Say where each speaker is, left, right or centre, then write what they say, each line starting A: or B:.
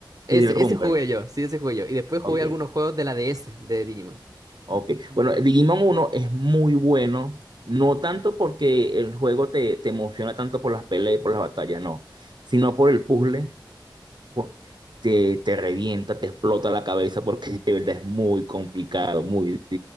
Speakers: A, on the right; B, on the right.
A: ese,
B: Sí, el Rumble.
A: ese jugué yo, sí, ese jugué yo. Y después
B: Ok.
A: jugué algunos juegos de la DS de Digimon.
B: Ok, bueno, Digimon uno es muy bueno, no tanto porque el juego te, te emociona tanto por las peleas y por las batallas, no, sino por el puzzle, pu- te, te revienta, te explota la cabeza porque <laughs> de verdad es muy complicado, muy